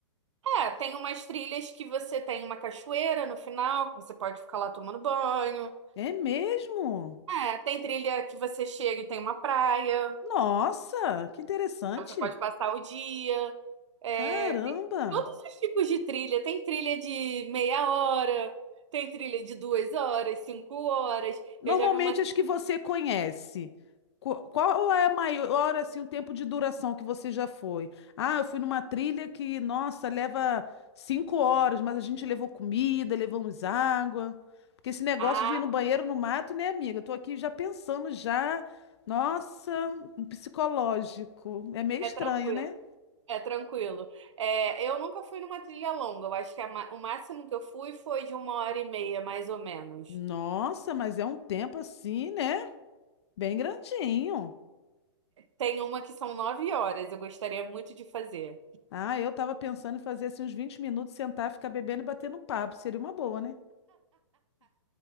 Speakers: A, on the right; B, on the left.
A: É, tem umas trilhas que você tem uma cachoeira no final, que você pode ficar lá tomando banho.
B: É mesmo?
A: É, tem trilha que você chega e tem uma praia.
B: Nossa, que interessante!
A: Então, Você pode passar o dia. É,
B: Caramba!
A: tem todos os tipos de trilha. Tem trilha de meia hora, tem trilha de duas horas, cinco horas.
B: Normalmente
A: Eu já vi uma.
B: as que você conhece. Qu- Qual é a maior, assim, o tempo de duração que você já foi? Ah, eu fui numa trilha que, nossa, leva cinco horas, mas a gente levou comida, levamos água. Porque esse negócio
A: Ah,
B: de ir no banheiro no mato, né, amiga? Eu tô aqui já pensando já, nossa, um psicológico. É meio estranho,
A: é tranquilo.
B: né?
A: É tranquilo. É, eu nunca fui numa trilha longa. Eu acho que a ma- o máximo que eu fui foi de uma hora e meia, mais ou menos.
B: Nossa, mas é um tempo assim, né? Bem grandinho.
A: Tem uma que são nove horas. Eu gostaria muito de fazer.
B: Ah, eu tava pensando em fazer assim uns 20 minutos, sentar, ficar bebendo e batendo um papo. Seria uma boa, né?